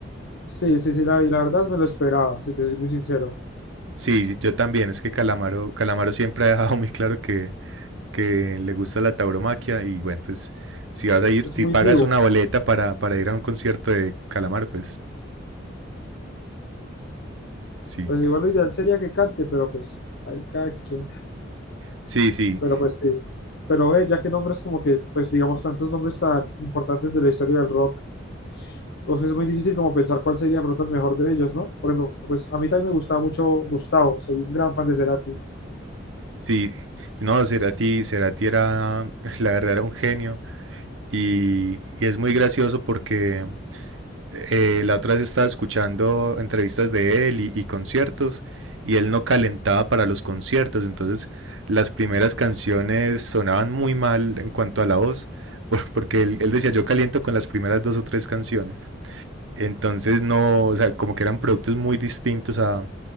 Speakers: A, on the left (about 65°); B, on the right (about 80°).
A: sí, sí, sí, la vi. La verdad me lo esperaba, si te soy muy sincero.
B: Sí, sí, yo también. Es que Calamaro, Calamaro siempre ha dejado muy claro que, que le gusta la tauromaquia. Y bueno, pues si vas a ir,
A: Es
B: si
A: muy
B: pagas
A: divo.
B: una boleta para, para ir a un concierto de Calamaro, pues sí.
A: Pues igual lo ideal sería que cante, pero pues ahí cada quien.
B: Sí, sí,
A: Pero pues sí. Pero eh, ya que nombres como que, pues digamos, tantos nombres tan importantes de la historia del rock, pues es muy difícil como pensar cuál sería de pronto el mejor de ellos, ¿no? Por ejemplo, pues a mí también me gustaba mucho Gustavo, soy un gran fan de Cerati.
B: sí. No, Cerati, Cerati era, <laughs> la verdad, era un genio. Y, y es muy gracioso porque eh, la otra vez estaba escuchando entrevistas de él y, y conciertos y él no calentaba para los conciertos, entonces las primeras canciones sonaban muy mal en cuanto a la voz, <laughs> por- porque él, él decía yo caliento con las primeras dos o tres canciones, entonces no, o sea, como que eran productos muy distintos a,